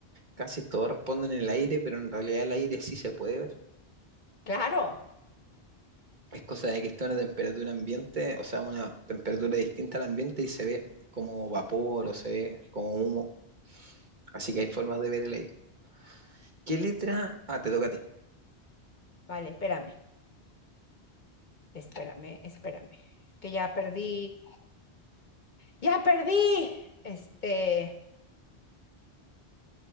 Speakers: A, on the right; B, on the left.
A: Casi todos responden en el aire, pero en realidad el aire sí se puede ver.
B: Claro.
A: Es cosa de que está a una temperatura ambiente, o sea, una temperatura distinta al ambiente y se ve como vapor o se ve como humo. Así que hay formas de ver el aire. ¿Qué letra? Ah, te toca a ti.
B: Vale, espérame, espérame, espérame. Que ya perdí. Ya perdí. Este...